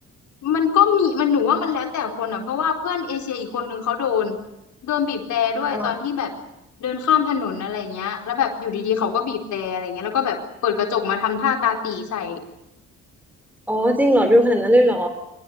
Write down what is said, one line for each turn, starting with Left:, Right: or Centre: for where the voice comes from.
Left: มันก็มีมันหนูว่ามันแล้วแต่คนอ่ะเพราะว่าเพื่อนเอเชียอีกคนนึงเขาโดนโดนบีบแตรด้วยตอนที่แบบ
Centre: อ๋อ
Left: เดินข้ามถนนอะไรเงี้ยแล้วแบบอยู่ดีๆเขาก็บีบแตรอะไรเงี้ยแล้วก็แบบเปิดกระจกมาทำท่าตาตี่ใส่
Centre: อ๋อจริงเหรอดูขนาดนั้นเลยเหรอ